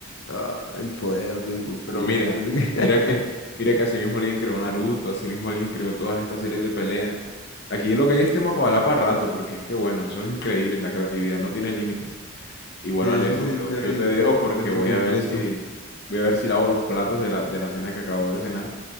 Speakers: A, on the left; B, on the left.
A: ah, el poder del Goku
B: Pero mira,
A: y que no sé
B: mira
A: qué.
B: que,
A: <laughs>
B: mira que así mismo alguien creó Naruto, así mismo alguien creó todas estas series de pelea. Aquí lo que hay es tema para hablar para rato, porque es que bueno, eso es increíble, la creatividad no tiene límites. Y bueno,
A: Sí,
B: Alejo,
A: eso sí es
B: yo,
A: de ahí,
B: yo te
A: eso
B: dejo
A: es un
B: porque
A: cuento
B: voy
A: completo.
B: a ver si, voy a ver si lavo los platos de la, de la cena que acabo de cenar.